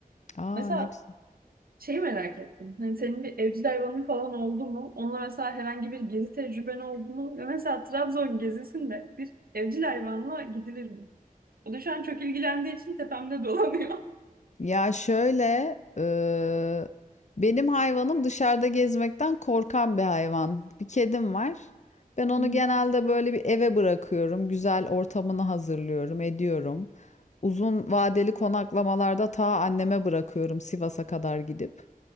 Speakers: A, on the left; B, on the right.
A: Aa
B: Mesela
A: ne güzel.
B: Şeyi merak ettim. Hani senin bir evcil hayvanın falan oldu mu? Onunla mesela herhangi bir gezi tecrüben oldu mu? Ve mesela Trabzon gezisinde bir evcil hayvanla gidilir mi? O da şu an çok ilgilendiği için tepemde <laughs> dolanıyor.
A: Ya şöyle, eee, benim hayvanım dışarıda gezmekten korkan bir hayvan. Bir kedim var. Ben onu
B: Hı hı.
A: genelde böyle bir eve bırakıyorum. Güzel ortamını hazırlıyorum, ediyorum. Uzun vadeli konaklamalarda ta anneme bırakıyorum Sivas'a kadar gidip.